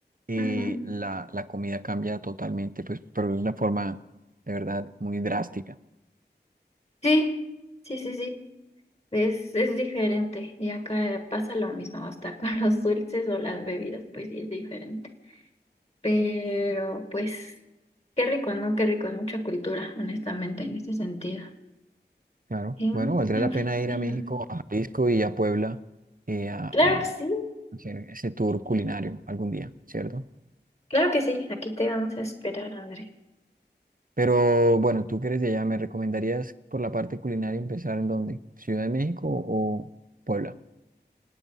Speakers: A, on the right; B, on the left.
A: eh,
B: ujú.
A: la, la comida cambia totalmente, pues, pero de una forma de verdad muy drástica.
B: Sí, sí, sí, sí, es, es diferente y acá pasa lo mismo, hasta <laughs> con los dulces o las bebidas, pues sí es diferente, pero pues, qué rico, ¿no? Qué rico, es mucha cultura, honestamente, en ese sentido.
A: Claro.
B: Sí,
A: Bueno, valdría
B: me-
A: la pena
B: me-
A: ir a México, a Jalisco y a Puebla eh, a,
B: Claro
A: a
B: que sí.
A: hacer ese tour culinario algún día, ¿cierto?
B: Claro que sí, aquí te vamos a esperar, André.
A: Pero bueno, tú que eres de allá, ¿me recomendarías por la parte culinaria empezar en dónde? ¿Ciudad de México o Puebla?